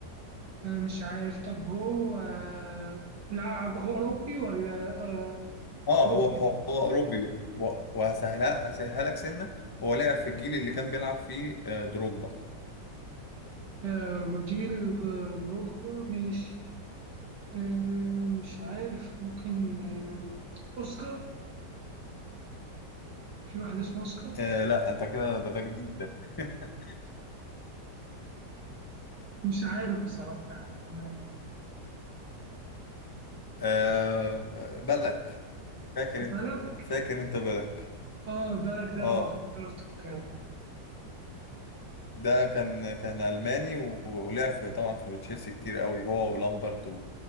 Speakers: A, on the right; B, on the left.
A: آه، مش عارف طب هو آه لاعب هو أوروبي ولا آه
B: اه
A: أوروبي
B: هو هو, هو اوروبي و- وهسهلها هسهلها لك سنه هو لعب في الجيل اللي كان بيلعب فيه آه، دروجبا
A: آه وجيل ج- دروجبا مش آه مش عارف ممكن آه أوسكار في واحد اسمه أوسكار
B: آه لا انت كده ده ده جديد ده <laughs>
A: مش عارف بصراحة يعني أنا
B: آه بلك فاكر
A: بالك
B: انت فاكر انت بلك
A: اه بالك ده
B: اه
A: آه، افتكرته كان
B: ده كان كان الماني و- ولعب في طبعا في تشيلسي كتير قوي هو ولامبرد و...